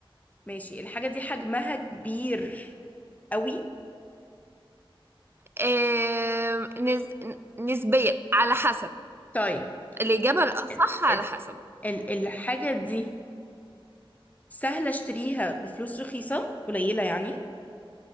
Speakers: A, on the left; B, on the right.
A: ماشي الحاجة دي حجمها كبير قوي
B: آم، نز... نسبيا على حسب
A: طيب
B: الإجابة الأصح
A: ال
B: على
A: ال
B: حسب
A: ال الحاجة دي سهلة اشتريها بفلوس رخيصة قليلة يعني